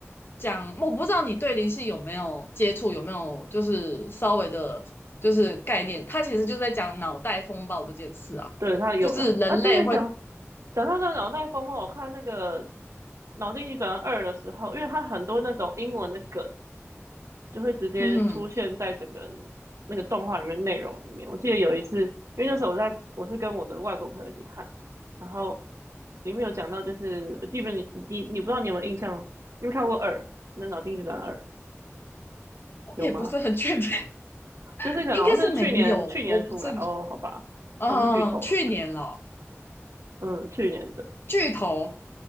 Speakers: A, on the left; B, on the right.
A: 讲，我不知道你对灵性有没有接触，有没有就是稍微的，就是概念，它其实就是在讲脑袋风暴这件事啊，
B: 对他有呃啊，
A: 就是人类会，
B: 对，讲讲到那个脑袋风暴，我看那个《脑筋急转弯二》的时候，因为他很多那种英文的梗，就会直接出现在整个
A: 嗯，
B: 那个动画里面内容里面。我记得有一次，因为那时候我在我是跟我的外国朋友一起看，然后里面有讲到，就是我记不你你你不知道你有没有印象，你有没有看过二？那《脑筋急转弯二》
A: 我也不是很确定，
B: 有吗？
A: <laughs>
B: 就是可能好像是去年去年出来哦，
A: 应该是没有，我不是
B: 好吧，
A: 嗯，
B: 那是剧透。
A: 去年了，
B: 嗯，去年的，
A: 剧透，